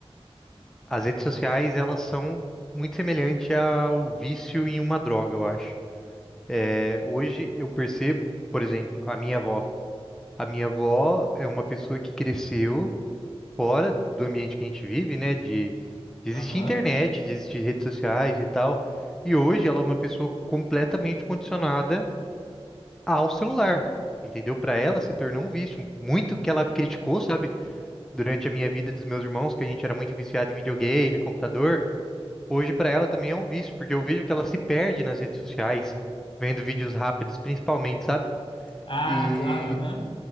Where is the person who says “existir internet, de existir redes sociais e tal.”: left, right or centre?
Centre